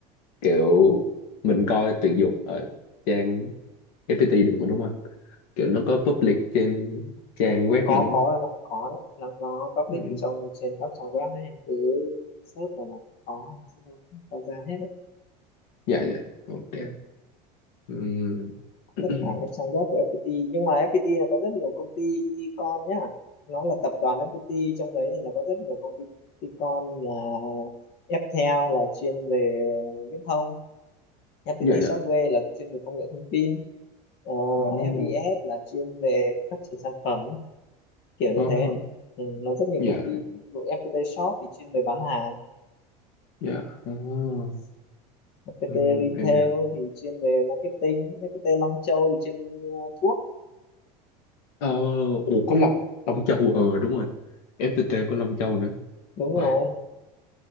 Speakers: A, on the left; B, on the left.
A: kiểu mình coi tuyển dụng ở trang FPT được mà đúng không kiểu nó có public trên trang web
B: có
A: mà đúng
B: có
A: không
B: em ạ có đấy nó nó public
A: ừ.
B: trong trên các trang web đấy em cứ search là nó có có ra hết đấy
A: dạ dạ ok
B: ừ.
A: Ừm. <clears throat>
B: tất cả các trang web của FPT nhưng mà FPT nó có rất nhiều công ty con nhá nó là tập đoàn FPT trong đấy thì nó có rất nhiều công ty con là Ftel là chuyên về viễn thông FPT
A: dạ
B: Software
A: dạ
B: là chuyên về công nghệ thông tin ờ,
A: oh,
B: FES là chuyên về phát triển sản phẩm kiểu như
A: oh,
B: thế ừ, nó rất nhiều
A: dạ
B: công ty ví dụ FPT Shop thì chuyên về bán hàng
A: dạ oh.
B: ừ. FPT
A: Ừm,
B: Retail
A: em hiểu
B: thì chuyên về marketing FPT Long Châu thì chuyên ờ, thuốc
A: oh, ủa có Long Long Châu ờ đúng rồi FPT có Long Châu nữa
B: đúng
A: Ôi,
B: rồi